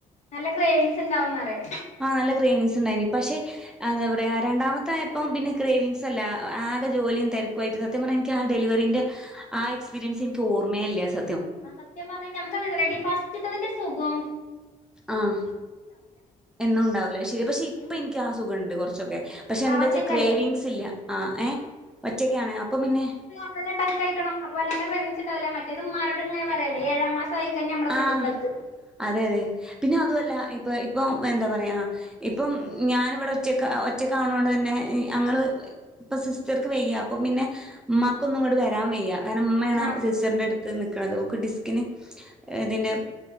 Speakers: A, on the left; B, in the centre.
A: നല്ല ക്രേവിങ്സ് ഇണ്ടാവുംന്ന് പറയാ
B: ആഹ് നല്ല ക്രേവിങ്സ് ഇണ്ടായ്നിം പക്ഷെ എന്താ പറയാ രണ്ടാമത്തായപ്പം പിന്നെ ക്രേവിങ്സ് അല്ല ആകെ ജോലിയും തെരക്കു ആയിട്ട് സ സത്യം പറഞ്ഞ ഇൻക്ക് ആ ഡെലിവറിന്റെ ആ എക്സ്പീരിയൻസ് ഇൻക്ക് ഓർമേ ഇല്ല്യ സ
A: ആഹ് സത്യം പറഞ്ഞൽ നമക്ക് അങ്ങനല്ലെടി ഫസ്റ്റ്ത്തതിന്റെ സുഖം
B: ആഹ് എന്നും ഉണ്ടാവൂല ശരിയ പക്ഷെ ഇപ്പ
A: ഉം
B: ഇൻക്ക് ആ സുഖണ്ട് കൊറച്ചൊക്കെ പക്ഷേ
A: ആ
B: എന്താച്ചാ
A: ഒറ്റക്കല്ലേ
B: ക്രേവിങ്സ് ഇല്ല ആഹ് ഏ ഒറ്റയ്ക്കാണ് അപ്പം പിന്നെ
A: നമ്മളെന്നെ ഇണ്ടാക്കി കഴിക്കണം അപ്പൊ വല്ലാണ്ടെ ക്രെവിങ്സ്ണ്ടാവില്ല മറ്റേത് മ്മാരോട് ഇങ്ങനെ പറയല്ലേ ഏഴാം മാസായി കഴിഞ്ഞ അമ്മളെ
B: ആഹ്
A: വീട്ടിക്ക്ണ്ട് എത്തു <unintelligible>
B: അതെ അതെ പിന്നെ അതുഅല്ല ഇപ്പ ഇപ്പൊ എന്താ പറയാ ഇപ്പം ഞാന് വടെ ഒറ്റക്ക് ഒറ്റക്കാവ്ണോണ്ട് തന്നെ അങ്ങള് ഇപ്പൊ സിസ്റ്റർക്ക് വെയ്യ അപ്പൊ പിന്നെ മ്മാക്കൊന്നും ഇങ്ങട്ട് വെരാം വെയ്യാ കാരണം ഇമ്മേണ്
A: ആഹ്
B: സിസ്റ്ററിൻ്റെ അടുത്ത് നിക്ക്ണത് ഓക്ക് ഡിസ്കിന് ഈഹ് ഇതിന്റെ